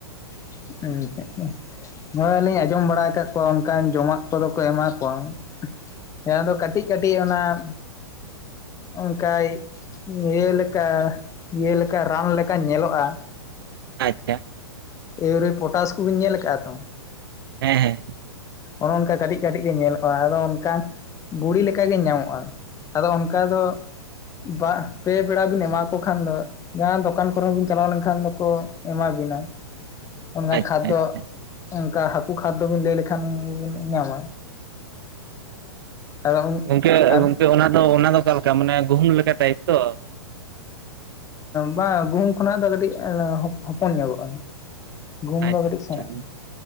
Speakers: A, on the left; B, on the right.
A: ᱦ <inaudible> ᱦᱳᱭ ᱞᱤᱧ ᱟᱸᱡᱚᱢ ᱵᱟᱲᱟ ᱟᱠᱟᱫ ᱠᱚᱣᱟ ᱚᱱᱠᱟᱱ ᱡᱚᱢᱟᱜ ᱠᱚᱫᱚ ᱠᱚ ᱮᱢᱟ ᱠᱚᱣᱟ ᱾ ᱦᱮᱸ ᱟᱫᱚ ᱠᱟᱹᱴᱤᱡ ᱠᱟᱹᱴᱤᱡ ᱚᱱᱟ ᱾ ᱚᱱᱠᱟ ᱤᱭᱟᱹ ᱞᱮᱠᱟ ᱤᱭᱟᱹ ᱞᱮᱠᱟ ᱨᱟᱱ ᱞᱮᱠᱟ ᱧᱮᱞᱚᱜᱼᱟ ᱾
B: ᱟᱪᱷᱟ ᱾
A: ᱭᱩᱨᱤ ᱯᱚᱴᱟᱥ ᱠᱚᱵᱤᱱ ᱧᱮᱞ ᱟᱠᱟᱫᱼᱟ ᱛᱚ ᱾
B: ᱦᱮᱸ ᱦᱮᱸ
A: ᱚᱱᱮ ᱚᱱᱠᱟ ᱠᱟᱹᱴᱤᱡ ᱠᱟᱹᱴᱤᱡ ᱜᱮ ᱧᱮᱞᱚᱜᱼᱟ ᱟᱫᱚ ᱚᱱᱠ ᱜᱩᱲᱤ ᱞᱮᱠᱟ ᱜᱮ ᱧᱟᱢᱚᱜᱼᱟ ᱾ ᱟᱫᱚ ᱚᱱᱠᱟ ᱫᱚ ᱵᱟ ᱯᱮ ᱯᱮᱲᱟ ᱵᱤᱱ ᱮᱢᱟᱠᱚ ᱠᱷᱟᱱ ᱫᱚ ᱡᱟᱦᱟᱸ ᱫᱚᱠᱟᱱ ᱠᱚᱨᱮ ᱦᱚᱸ ᱵᱤᱱ ᱪᱟᱞᱟᱣ ᱞᱮᱱᱠᱷᱟᱱ ᱫᱚᱠᱚ ᱮᱢᱟ ᱵᱤᱱᱟ ᱾ ᱚᱱᱠᱟ
B: ᱟᱪᱪᱷᱟ
A: ᱠᱷᱟᱫᱽᱫᱚ
B: ᱟᱪᱪᱷᱟ
A: ᱚᱱᱠᱟ ᱦᱟᱹᱠᱩ ᱠᱷᱟᱫᱽ ᱫᱚᱵᱤᱱ ᱞᱟᱹᱭ ᱞᱮᱠᱷᱟᱱ ᱵᱤᱱ ᱧᱟᱢᱟ ᱟᱫᱚ
B: ᱜᱚᱝᱠᱮ
A: ᱟᱨ
B: ᱜᱚᱝᱠᱮ ᱚᱱᱟ ᱫᱚ ᱚᱱᱟ ᱫᱚ ᱚᱠᱟᱞᱮᱠᱟ ᱢᱟᱱᱮ ᱜᱩᱦᱩᱢ ᱞᱮᱠᱟ ᱴᱟᱭᱤᱯ ᱛᱚ
A: ᱵᱟᱸᱜ ᱜᱩᱦᱩᱢ ᱠᱷᱚᱱᱟᱜ ᱫᱚ ᱠᱟᱹᱴᱤᱡ ᱦᱚᱯᱚᱱ ᱧᱚᱜᱚᱜᱼᱟ ᱜᱩᱦᱩᱢ
B: ᱟᱪᱪᱷᱟ
A: ᱫᱚ ᱠᱟᱹᱴᱤᱡ
B: ᱟᱪᱪᱷᱟ
A: ᱥᱮᱬᱟᱜᱟᱹ